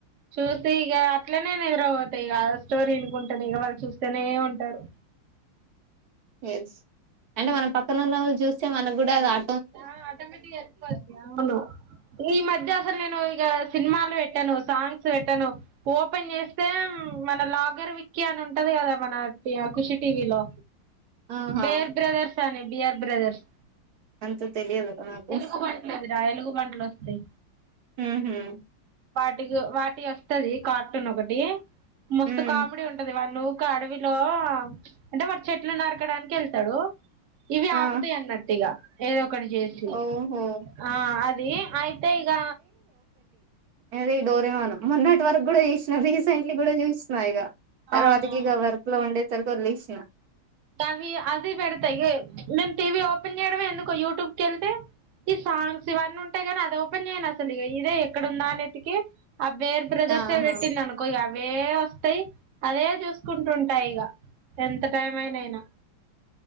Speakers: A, on the right; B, on the right.
A: చూసి ఇగ అట్లనే నిద్రపోతా ఇగ ఆ స్టోరీ ఇనుకుంటనే ఇగ వాళ్ళు చూస్తనే ఉంటారు
B: ఎస్ అంటే మన పక్కన ఉన్నోళ్ళు చూస్తే మనకు కూడా అ
A: అ ఆటోమిటిక్గా అయిపోద్ది అవును ఈ మధ్య అ సల్ నేను ఇగా సినిమాలు పెట్టను సాంగ్స్ పెట్టను ఓపెన్ చేస్తే మన లాగర్ విక్కి అని ఉంటది కదా మన ఖుషి టీవీలో
B: ఆహా
A: బెర్ బ్రదర్స్ అని బియర్ బ్రదర్స్
B: అంత తెలియదు నాకు
A: ఎలుగు బంట్లది రా ఎలుగు బంట్లు వస్తాయి
B: ఉహుం
A: వాటికి వాటి వస్తది కార్టూన్ ఒకటి ముస్తు
B: ఉమ్
A: కామెడీ ఉంటది వాల్లు ఒక అడవిలో అంటే వాడు చెట్లు నరకడానికి వెళ్తాడు ఇవి
B: ఆ
A: ఆపుతాయి అన్నట్టుగా ఏ ఒకటి చేసి
B: ఓహో
A: ఆ అది అయితే ఇక
B: అద డోరేమాను మొన్నటి వరకు కూడా చూసిన రీసెంట్లీ కూడా చూస్తున్నా ఇక తర్వాతకి
A: అవునా
B: ఇక వర్క్ లో ఉండేది వదిలేశా
A: అవి అవి పెడతాయి నేను టీవీ ఓపెన్ చేయడమే ఎందుకో యూట్యూబ్ క వెళ్తే ఈ సాంగ్స్ ఇవన్నీ ఉంటాయి కాని అది ఓపెన్ చేయను అసలు ఇ ఇదే ఎక్కడందా అనేతికి ఆ బేర్ బ్రదర్సే
B: ఆహా
A: పెట్టిండు అనుకో అవే వస్తాయి అదే చూసుకుంటుంటాయి ఇక ఎంత టైం ననైనా